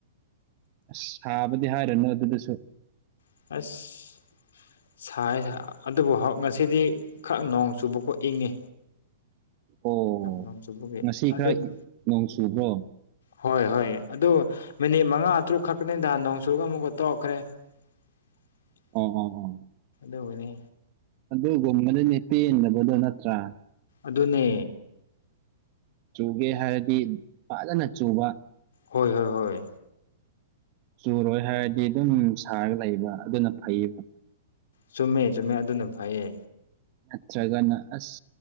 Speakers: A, on the right; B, on the left.
A: ꯑꯁ ꯁꯥꯕꯗꯤ ꯍꯥꯏꯔꯅꯨ ꯑꯗꯨꯗꯁꯨ
B: ꯑꯁ ꯁꯥꯏꯖ ꯑꯗꯨꯕꯨ ꯉꯁꯤꯗꯤ ꯈꯔ ꯅꯣꯡ ꯆꯨꯕꯈꯣ ꯏꯪꯉꯤ
A: ꯑꯣ
B: ꯅꯣꯡ ꯆꯨꯕꯒꯤ
A: ꯉꯁꯤ
B: ꯑꯗꯨꯕꯨ
A: ꯈꯔ ꯅꯣꯡ ꯆꯨꯕ꯭ꯔꯣ
B: ꯍꯣꯏ ꯍꯣꯏ ꯑꯗꯨ ꯃꯤꯅꯤꯠ ꯃꯉꯥ ꯇꯔꯨꯛ ꯈꯛꯛꯇꯅꯤꯗ ꯅꯣꯡꯆꯨꯒ ꯑꯃꯨꯛꯀ ꯇꯧꯔꯛꯈ꯭ꯔꯦ <unintelligible>
A: ꯑꯣ ꯑꯣꯣ ꯑꯣ
B: ꯧꯕꯅꯦ
A: ꯑꯗꯨꯒꯨꯝꯕꯗꯨꯅꯦ ꯄꯦꯟꯗꯕꯗꯣ ꯅꯠꯇ꯭ꯔꯥ
B: ꯑꯗꯨꯅꯦ
A: ꯆꯨꯒꯦ ꯍꯥꯏꯔꯗꯤ ꯐꯖꯅ ꯆꯨꯕ
B: ꯍꯣꯏ ꯍꯣꯏ ꯍꯣꯏ
A: ꯆꯨꯔꯣꯏ ꯍꯥꯏꯔꯗꯤ ꯑꯗꯨꯝ ꯁꯥꯔꯒ ꯂꯩꯕ ꯑꯗꯨꯅ ꯐꯩꯌꯦꯕ
B: ꯆꯨꯝꯃꯦ ꯆꯨꯝꯃꯦ ꯑꯗꯨꯅ ꯐꯩꯌꯦ
A: ꯅꯠꯇ꯭ꯔꯒꯅ ꯑꯁ